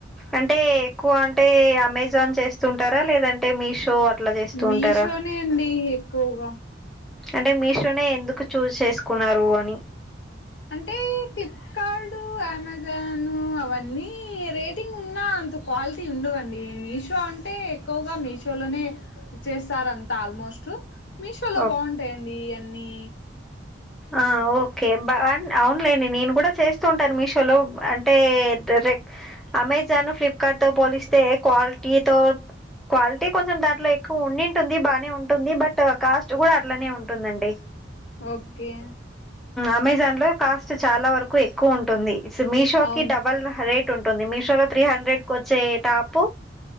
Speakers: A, in the centre; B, on the left.
A: అంటే ఎక్కువ అంటే అమెజాన్ చేస్తుంటారా లేదంటే మీషో అట్లా చేస్తూ
B: మీషోనే
A: ఉంటారా
B: అండి ఎక్కువగా
A: అంటే మీషోనే ఎందుకు చూజ్ చేసుకున్నారు అని
B: అంటే క్లిప్ కార్డ్ అమెజాను అవన్నీ రేటింగ్ ఉన్నా అందుకు క్వాలిటీ ఉండవండి మీషో అంటే ఎక్కువగా మీషోలోనే చేస్తారంతా ఆల్మోస్ట్ మీషోలో
A: ఓకే.
B: బాగుంటాయండి అన్నీ
A: ఆఓ ఓకే బా అవునులేండి నేను కూడా చేస్తూ ఉంటాను మీషోలో అంటే డేరెక్ట్ అమెజాను ఫ్లిప్కార్ట్తో పోలిస్తే క్వాలిటీతో క్వాలిటీ కొంచెం దాంట్లో ఎక్కువ ఉండింటుంది బాగానే ఉంటుంది బట్ కాస్ట్ కూడా అట్లానే ఉంటుందండి
B: ఓకే
A: అమెజాన్ లో కాస్ట్ చాలా వరకు ఎక్కువ ఉంటుంది మీషో
B: అవును
A: కి డబల్ రేట్ ఉంటుంది మిషోలో త్రీ హండ్రెడ్ కీ వచ్చే టాప్